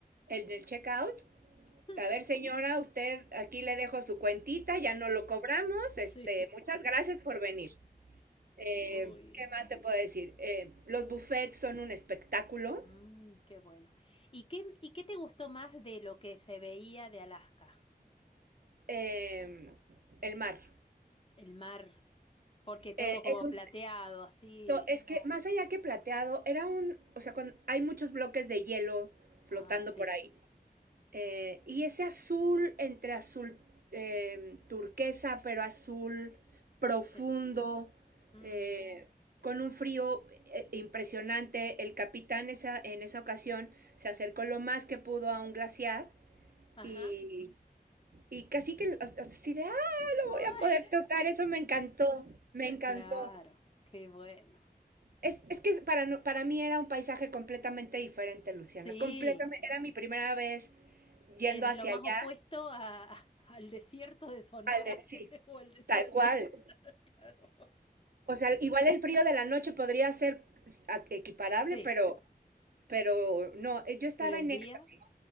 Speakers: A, on the right; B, on the left.
A: el del checkout,
B: <laughs>
A: a ver, señora, usted aquí le dejo su cuentita, ya no lo cobramos. Este,
B: Sí.
A: muchas gracias por venir. Eh,
B: Uy,
A: ¿Qué más te puedo decir? Eh, los buffets son un espectáculo.
B: mm, qué bueno. ¿Y qué, y qué te gustó más de lo que se veía de Alaska?
A: Eh, el mar.
B: El mar, porque todo
A: Eh,
B: como
A: es un,
B: plateado, así.
A: to- es que más allá que plateado, era un, o sea, cuando, hay muchos bloques de hielo
B: Ah,
A: flotando
B: sí,
A: por ahí. Eh, y ese azul entre azul eh, turquesa, pero azul profundo,
B: sí. Mm,
A: eh, con un frío eh, impresionante. El capitán esa, en esa ocasión se acercó lo más que pudo a un glaciar
B: ajá.
A: y Y casi que as- así de, ah, lo
B: <laughs>
A: voy a poder tocar, eso me encantó, me encantó.
B: Claro, qué bueno.
A: Es, es que para, no- para mí era un paisaje completamente diferente, Luciana,
B: Sí,
A: completamente, era mi primera vez yendo
B: es
A: hacia
B: lo más
A: allá,
B: opuesto a- a- al desierto de Sonora
A: al de- sí,
B: <laughs> o al desierto,
A: tal cual.
B: claro.
A: O sea, igual el frío de la noche podría ser s- a- equiparable,
B: Sí,
A: pero, pero no, eh, yo estaba
B: pero el
A: en
B: día.
A: éxtasis,